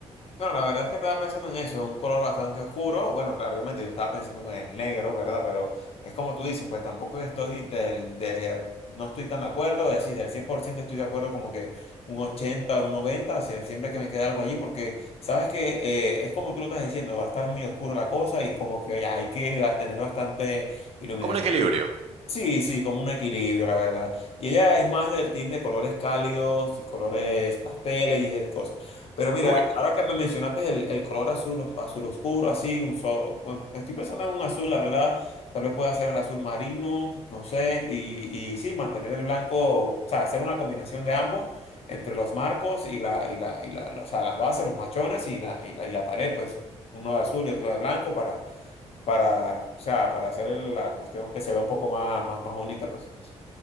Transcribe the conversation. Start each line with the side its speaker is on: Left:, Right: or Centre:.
Left: Bueno, la verdad es que estaba pensando en eso, un color bastante oscuro. Bueno, claro, obviamente yo estaba pensando con el negro, ¿verdad? Pero es como tú dices, pues tampoco estoy del, de, no estoy tan de acuerdo, es decir, del 100% estoy de acuerdo como que un 80, un 90. o sea, siempre que me queda algo allí, porque sabes que eh, es como tú lo estás diciendo, va a estar muy oscuro la cosa y como que ya hay que tener bastante... iluminación.
Right: Como un equilibrio.
Left: Sí, sí, como un equilibrio, la verdad. Y ella es más del team de colores cálidos y colores pasteles y esas cosas. Pero mira,
Right: Uy, no.
Left: ahora que me mencionaste el, el color azul, os- azul oscuro, así, un so- bueno, estoy pensando en un azul, la verdad. Tal vez pueda ser el azul marino, no sé. Y, y sí, mantener el blanco, o sea, hacer una combinación de ambos entre los marcos y la, y la, y la, o sea, las bases, los machones y la, y la, y la pared, pues uno de azul y otro de blanco para, o sea, para hacer la cuestión que se vea un poco más, más, más bonita, pues.